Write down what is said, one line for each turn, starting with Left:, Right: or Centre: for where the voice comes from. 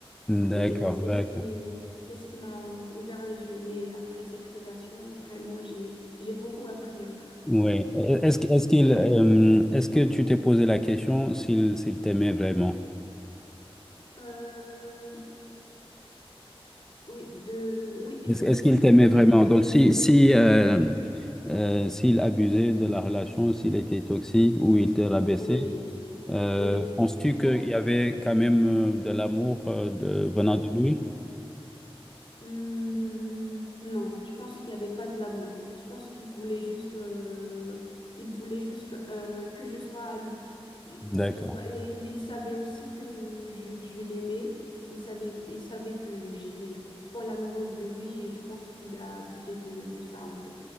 Centre: D'accord,
Left: Et c'est
Centre: d'accord.
Left: ce qui, c'est ce qui m'a ouvert les yeux. Mais après cette relation, vraiment, j'ai, j'ai beaucoup appris. hein.
Centre: Oui. Est-ce, que- est-ce qu'il,
Left: Oui.
Centre: euh, est-ce que tu t'es posé la question s'il, s'il t'aimait vraiment?
Left: Euh, oui, de, oui,
Centre: Est-ce,
Left: je me
Centre: est-ce
Left: suis
Centre: qu'il
Left: toujours
Centre: t'aimait
Left: posé
Centre: vraiment?
Left: la question.
Centre: Donc, si, si, euh, euh, s'il abusait de la relation, s'il était toxique ou il te rabaissait,
Left: Oui,
Centre: euh,
Left: oui,
Centre: penses-tu
Left: je
Centre: qu'il
Left: pense
Centre: y avait quand même euh, de l'amour euh, de- venant
Left: de là.
Centre: de lui?
Left: Hmm, non, je pense qu'il n'y avait pas de l'amour. Je pense qu'il voulait juste, euh, il voulait juste euh, que je sois à lui. Et-
Centre: D'accord.
Left: Je sais pas. Et il savait aussi que je, je l'aimais. Il savait, il savait que j'étais folle amoureuse de lui et je pense qu'il a abusé de, de ça en fait.